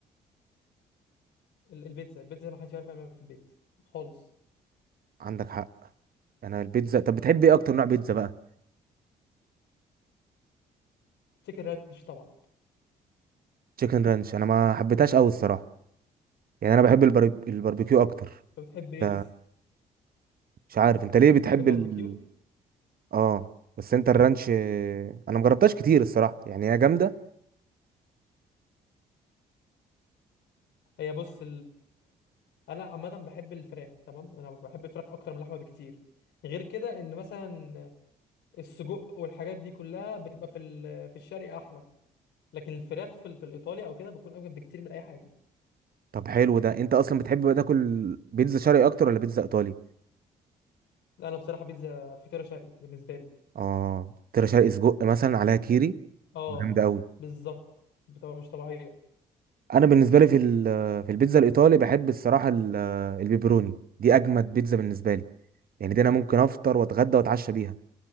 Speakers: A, on the left; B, on the right.
A: ال- البيتزا البيتزا ما حدش يعرف يعملها في البيت خالص
B: عندك حق انا البيتزا طب بتحب ايه اكتر نوع بيتزا بقى
A: تشيكن رانش طبعا
B: تشيكن رانش انا ما حبيتهاش قوي الصراحه يعني انا بحب البار... الباربيكيو اكتر
A: انت بتحب ايه
B: ف- مش عارف انت ليه بتحب
A: التشيكن باربيكيو
B: ال... اه بس انت الرانش آه، انا مجربتهاش كتير الصراحه يعني هي جامده
A: هي بص انا عامه بحب الفراخ تمام انا بحب الفراخ اكتر من اللحمه بكتير غير كده ان مثلا السجق والحاجات دي كلها بتبقى في ال- في الشرق احلى لكن الفراخ في ال- في الايطالي او كده بتكون اوجب بكتير من اي حاجه
B: طب حلو ده انت اصلا بتحب بقى تاكل بيتزا شرقي اكتر ولا بيتزا ايطالي
A: لا انا بصراحه بيتزا فطيره شرقي بالنسبه لي
B: اه ترى شرقي سجق مثلا عليها كيري
A: اه
B: جامده قوي
A: بالظبط بتبقى مش طبيعيه
B: انا بالنسبه لي في ال... في البيتزا الايطالي بحب الصراحه ال... البيبروني دي اجمد بيتزا بالنسبه لي يعني دي انا ممكن افطر واتغدى واتعشى بيها